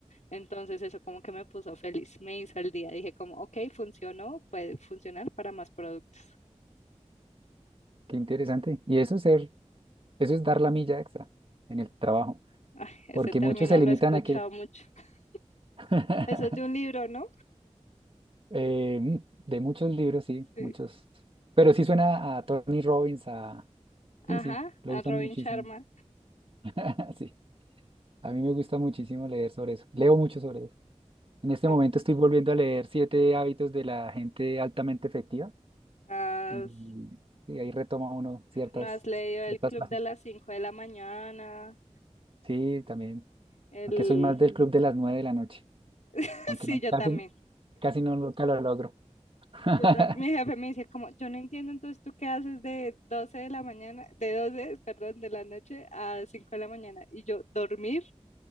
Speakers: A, on the left (about 85°); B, on the right (about 50°).
A: Entonces eso como que me puso feliz, me hizo el día. Dije como, ok, funcionó, puede funcionar para más productos.
B: qué interesante. Y eso es ser, eso es dar la milla extra en el trabajo,
A: Ay, ese
B: porque
A: término
B: muchos se limitan
A: lo he escuchado
B: a que
A: mucho. <laughs>
B: <laughs>
A: Eso es de un libro, ¿no?
B: Eh, mm, de muchos libros, sí,
A: Sí.
B: muchos. Pero sí suena a Tony Robbins, a... Sí,
A: Ajá,
B: sí, lo
A: a
B: usan
A: Robin
B: muchísimo.
A: Sharma.
B: <laughs> Sí, a mí me gusta muchísimo leer sobre eso. Leo mucho sobre eso. En este
A: Ah,
B: momento estoy volviendo a leer Siete hábitos de la gente altamente efectiva
A: ¿Has,
B: y, y ahí retoma uno ciertas,
A: no has leído El
B: ciertas
A: Club
B: frases.
A: de las cinco de la mañana?
B: Sí, también.
A: El...
B: Aunque soy más del club de las nueve de la noche,
A: <laughs>
B: aunque
A: Sí,
B: no,
A: yo
B: casi,
A: también.
B: casi no, nunca lo logro. <laughs>
A: Yo ta- Mi jefe me dice como, yo no entiendo, entonces tú qué haces de 12 de la mañana, de 12 perdón, de la noche a 5 de la mañana. Y yo, dormir.